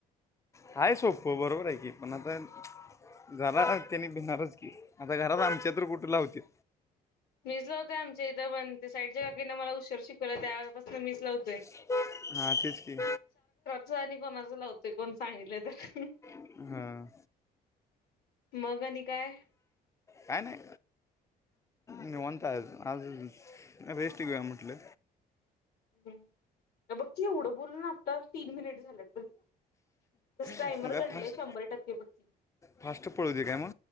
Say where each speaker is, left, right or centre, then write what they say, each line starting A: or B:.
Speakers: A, on the left; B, on the left.
A: काय सोपं बरोबर आहे की पण आता, जरा त्यांनी भिणारच की आता घरात आमच्या तरी कुठ लावत्यात.
B: मीच लावतोय आमच्या इथं पण त्या साईडच्या काकींन मला उशीर शिकवल्या त्यापासून मीच लावतोय.
A: <unintelligible> हा तेच की
B: तू आणि कोणाचं लावत. कोण सांगितलंय तर
A: हां
B: मग आणि काय?
A: काय नाही, निवांत आज रेस्ट घेऊया म्हटलं.
B: हे बघ की एवढं बोल ना आता तीन मिनिट झाल्यात. टायमर
A: मग काय
B: गडलंय
A: फास्ट
B: शंभर टक्के पैकी.
A: फास्ट पळूदे काय म.